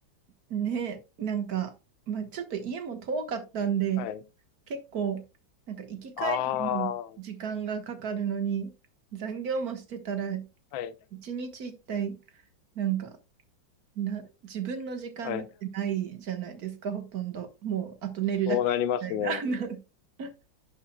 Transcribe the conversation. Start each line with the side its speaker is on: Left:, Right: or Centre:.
Right: ね、なんか、まあ、ちょっと家も遠かったんで、
Left: はい。
Right: 結構、なんか行き帰りに時間がかかるのに、
Left: ああ、は
Right: 残業もしてたら、
Left: い。
Right: 一日一体、なんか、な、自分の時間なんてないじゃないですか、
Left: はい。
Right: ほとんど。もう、あと寝るだけみたいな。
Left: そうなりますね。
Right: <laughs>